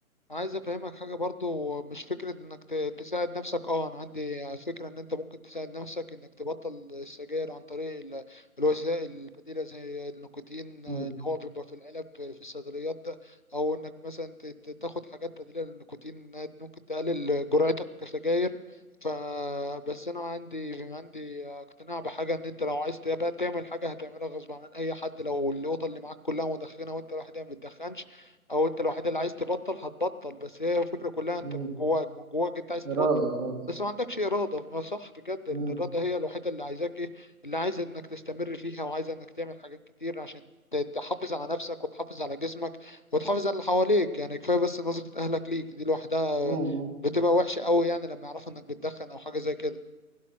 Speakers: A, on the left; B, on the right.
A: عايز افهمك حاجه برضو مش فكره انك ت- تساعد نفسك اه انا عندي فكره ان انت ممكن تساعد نفسك انك تبطل السجاير عن طريق ال- الوسائل البديله زي النيكوتين
B: مم.
A: آه، اللي هو بيبقى في العلب في الصيدليات ده او انك مثلا ت- ت- تاخد حاجات بديله للنيكوتين إنها ممكن تقلل جرعتك كسجاير ف بس انا عندي عندي اقتناع بحاجه ان انت لو عايز تبقى تعمل حاجه هتعملها غصب عن اي حد لو الاوضه اللي معاك كلها مدخنه وانت لوحدها ما بتدخنش او انت الوحيد اللي عايز تبطل هتبطل بس هي الفكره كلها انت
B: مم.
A: من جواك من جواك انت عايز تبطل
B: إرادة إرادة
A: بس ما عندكش اراده ما صح بجد الاراده
B: مم.
A: هي الوحيده اللي عايزاك ايه اللي عايزه انك تستمر فيها وعايزه انك تعمل حاجات كتير عشان ت- تحافظ على نفسك وتحافظ على جسمك وتحافظ على اللي حواليك يعني كفايه بس نظره اهلك ليك دي لوحدها
B: مم.
A: بتبقى وحشه قوي يعني لما يعرفوا انك بتدخن او حاجه زي كده